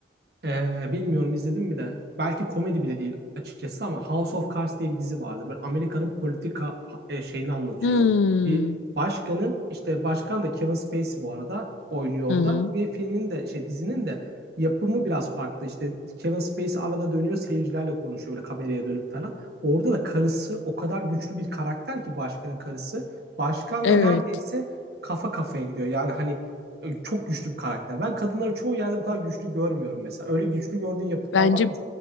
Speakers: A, on the right; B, on the left.
A: Ee, bilmiyorum izledim mi de. Belki komedi bile değil açıkçası ama House of Cards diye bir dizi vardı. Böyle Amerika'nın politika e, şeyini anlatıyor.
B: Hmm.
A: Bir başkanın işte başkan da Kevin Spacey bu arada oynuyor orada
B: Hı hı.
A: ve filmin de şey dizinin de yapımı biraz farklı. İşte Kevin Spacey arada dönüyor seyircilerle konuşuyor böyle kameraya dönüp falan. Orada da karısı o kadar güçlü bir karakter ki başkanın karısı. Başkanla
B: Evet.
A: neredeyse kafa kafaya gidiyor. Yani hani e, Çok güçlü bir karakter. Ben kadınları çoğu yerde bu kadar güçlü görmüyorum mesela. Öyle güçlü gördüğün yapıtlar
B: Bence
A: var mı?